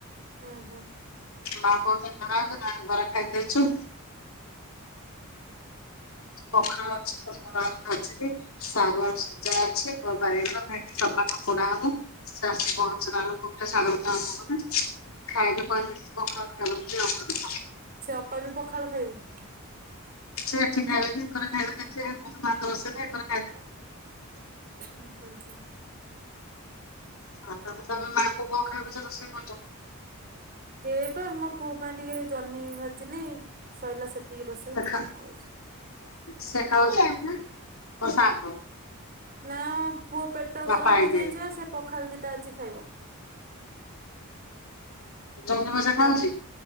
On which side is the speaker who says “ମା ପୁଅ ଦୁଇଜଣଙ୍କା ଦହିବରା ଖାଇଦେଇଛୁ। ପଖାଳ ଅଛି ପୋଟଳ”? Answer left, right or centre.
Left